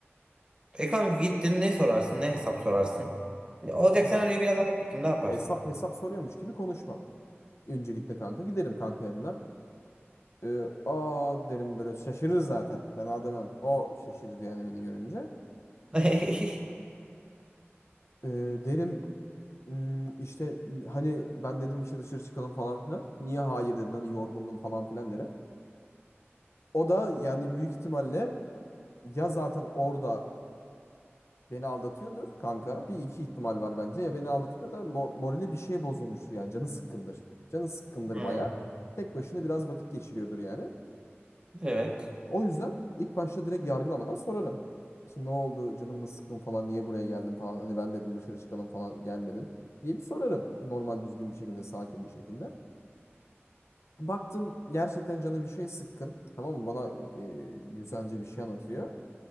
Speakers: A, on the right (about 20°); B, on the left (about 80°).
A: E kanka gittin ne sorarsın ne hesap sorarsın. Olacak
B: E Kanka
A: senaryoyu biraz anlat bakayım ne yaparsın?
B: hesap hesap soruyormuş gibi konuşmam. Öncelikle kanka giderim kanka yanına. Ee, aa derim böyle şaşırır zaten. Ben aa demem. O şaşırır yani beni görünce.
A: <laughs>
B: Ee, derim "Hmm, işte hani ben dedim işte dışarı çıkalım falan filan. Niye hayır dedin hani yorgundum falan filan derim. O da yani büyük ihtimalle ya zaten orada Beni aldatıyordur kanka. Bir iki ihtimal var bence. Ya beni aldatıyor da mo- morali bir şeye bozulmuştur yani. Canı sıkkındır. Canı sıkkındır
A: Hmm,
B: baya. Tek başına biraz vakit geçiriyordur yani.
A: evet.
B: O yüzden ilk başta direkt yargılamadan sorarım. Şimdi ne oldu? Canım mı sıkkın falan? Niye buraya geldin falan? Hani ben dedim dışarı çıkalım falan gelmedin diye bir sorarım. Normal düzgün bir şekilde, sakin bir şekilde. Baktım gerçekten canı bir şeye sıkkın. Tamam mı? Bana e, güzelce bir şey anlatıyor.